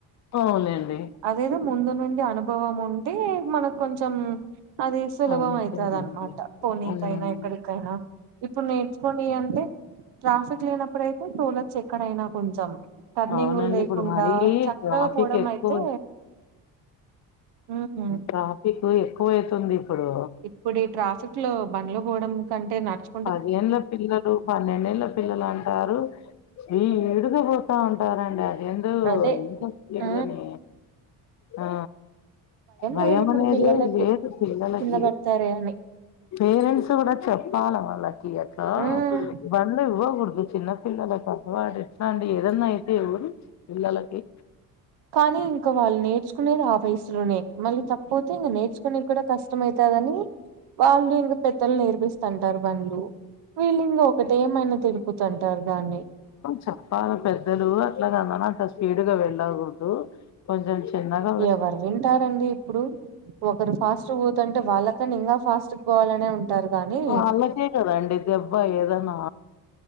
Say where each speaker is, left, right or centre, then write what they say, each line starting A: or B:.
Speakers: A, on the left; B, on the right.
A: అవునులేండి
B: అదేదో ముందునుండి అనుభవం ఉంటే మనకు కొంచం అది సులభం
A: అంతేనండి
B: అయితదనమాట పోనీకైనా,
A: ఉమ్
B: ఎక్కడికైనా ఇప్పుడు నేర్చుకొని అంటే ట్రాఫిక్ లేనప్పుడయితే తోలొచ్చు ఎక్కడైనా కొంచెం టర్నింగు
A: అవునండి
B: లేకుండా
A: ఇప్పుడు మరీ
B: చ చక్కగా
A: ట్రాఫిక్
B: పోవడమయితే
A: ఎక్కువ
B: ఉహు
A: ట్రాపికు ఎక్కువేతుంది ఇప్పుడూ
B: ఇప్పుడు ఈ ట్రాఫిక్ లో బండ్లు బోడం కంటే నడ్చు
A: పదేళ్ల పిల్లలు పన్నెండేళ్ళ పిల్లలు అంటారు ఈ ఇడుగా పోతా ఉంటారండి ఏందో
B: అదే
A: ఇంత స్పీడ్
B: ఆ
A: గానే ఆ భయం
B: లేదు ఇప్పుడు
A: మనేదే
B: పిల్లలకి
A: లేదు పిల్లలకి
B: కింద పడతారే అని
A: పేరెంట్స్ గూడా చెప్పాల వాళ్ళకి యక్క
B: ఉమ్
A: బంద ఇవ్వగుడదు చిన్న పిల్లలక ఓ అడు ఎట్లాండి ఏదన్నా ఐతే ఎవరు పిల్లలకి
B: కానీ ఇంకా వాళ్ళు నేర్చుకునేది ఆ వయస్లోనే మళ్ళీ తప్పోతే ఇంగ నేర్చుకునే కూడా కష్టమేతది వాళ్ళు ఇంగా పెద్దలు నేర్పిస్తంటారు బంళ్లు వీళ్ళు ఇంగ ఒకటే ఏమైనా తెలుపు తక్కుతంటారు దాన్ని
A: చెప్పాలి పెద్దలు అట్లాగ నానా అంత స్పీడుగా వెళ్ళాగూడ్దు. కొంచం చిన్నగ
B: ఎవరు వంటారు డి ఇప్పుడు ఒకరు ఫాస్ట్ వోతంటే వాళ్ళకన్న ఇంగా ఫాస్ట్ పోవాలనే ఉంటారు. గానీ
A: అలాకే కదండి దెబ్బా ఏదనా